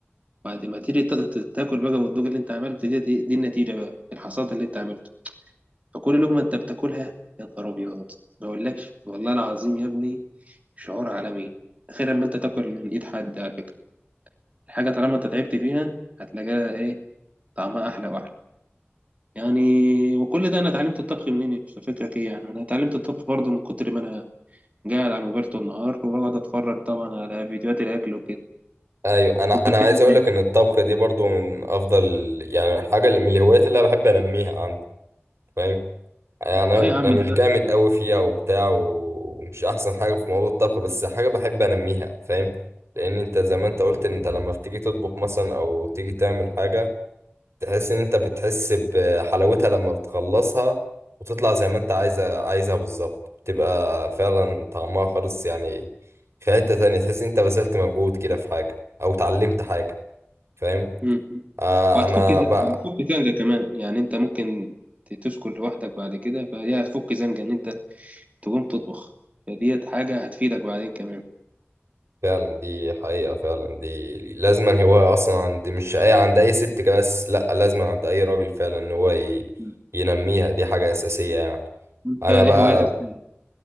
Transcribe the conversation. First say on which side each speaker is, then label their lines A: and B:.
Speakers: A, on the right (about 30°); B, on the right (about 85°).
A: بعد ما تيجي تا- تا- تاكل بقى والدوق اللي أنت عملته دي, دي, دي النتيجة بقى الحصاد اللي أنت عملته فكل لقمة أنت بتاكلها يا نهار أبيض ما أقولكش والله العظيم يا ابني شعور عالمي غير لما أنت تاكل من إيد حد على فكرة الحاجة طالما أنت تعبت فيها هتلاقيها إيه طعمها أحلى وأحلى يعني وكل ده انا اتعلمت الطبخ منين انت فكرك ايه يعني انا اتعلمت الطبخ برضه من كتر ما انا قاعد على الموبايل طول النهار وبقعد اتفرج طبعا على فيديوهات الاكل وكده
B: ايوه انا
A: انت
B: انا
A: بتعمل
B: عايز اقول
A: ايه
B: لك ان الطبخ دي برضو من افضل يعني حاجة من الهوايات اللي انا بحب انميها عندي فاهم يعني انا
A: اه يا عم
B: أنا
A: ده
B: مش جامد قوي فيها وبتاع ومش احسن حاجه في موضوع الطبخ بس حاجه بحب انميها فاهم لان انت زي ما انت قلت ان انت لما بتيجي تطبخ مثلا او تيجي تعمل حاجه تحس ان انت بتحس بحلاوتها لما بتخلصها وتطلع زي ما انت عايزه عايزها بالظبط تبقى فعلا طعمها خالص يعني في حته تانية تحس ان انت بذلت مجهود كده في حاجه او اتعلمت حاجه فاهم
A: مم.
B: آه
A: وهتفك
B: انا
A: ز-
B: بقى
A: هتفك زنقه كمان يعني انت ممكن ت- تسكن لوحدك بعد كده فدي هتفك زنقه ان انت تقوم تطبخ فديت حاجه هتفيدك بعدين كمان
B: فعلا دي حقيقة فعلا دي لازما هواية أصلا عند مش أي عند أي ست كده بس لأ لازما عند أي راجل فعلا إن هو ي...
A: مم.
B: ينميها دي حاجة أساسية يعني
A: انت
B: أنا
A: ايه
B: بقى
A: هوايتك تاني؟